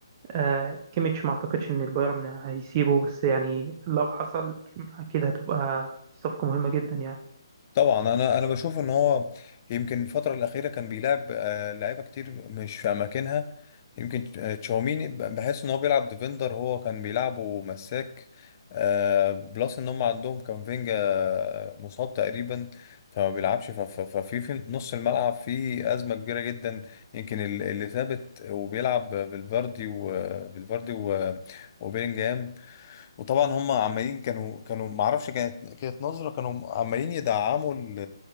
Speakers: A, on the right (about 30°); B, on the left (about 35°).
A: آه، كيميتش ما اعتقدش ان البايرن هيسيبه بس يعني لو حصل اكيد هتبقى صفقة مهمة جدا يعني
B: طبعا انا انا بشوف ان هو يمكن الفتره الاخيره كان بيلعب آه، لعيبه كتير مش في اماكنها يمكن آه، تشاوميني ب- بحس ان هو بيلعب ديفندر هو كان بيلعبه مساك آه، بلس ان هم عندهم كامافينجا آه، مصاب تقريبا فما بيلعبش ف- ف- ففي في نص الملعب في ازمه كبيره جدا يمكن ال- اللي ثابت وبيلعب بالفاردي وبالفاردي وبيلينجهام وطبعا هم عمالين كانوا كانوا ما اعرفش كانت كانت نظرة كانوا عمالين يدعموا ال